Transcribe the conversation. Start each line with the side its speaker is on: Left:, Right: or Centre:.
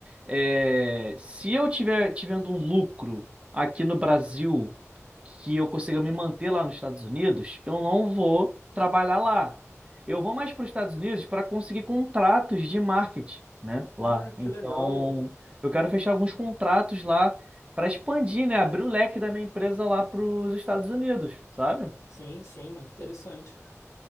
Right: é, se eu tiver tivendo um lucro aqui no Brasil que eu consiga me manter lá nos Estados Unidos, eu não vou trabalhar lá. Eu vou mais para os Estados Unidos para conseguir contratos de marketing, né?
Left: Ah,
Right: Lá.
Left: que
Right: Então,
Left: legal.
Right: eu quero fechar alguns contratos lá para expandir, né? Abrir o leque da minha empresa lá para os Estados Unidos, sabe?
Left: Sim, sim, muito interessante.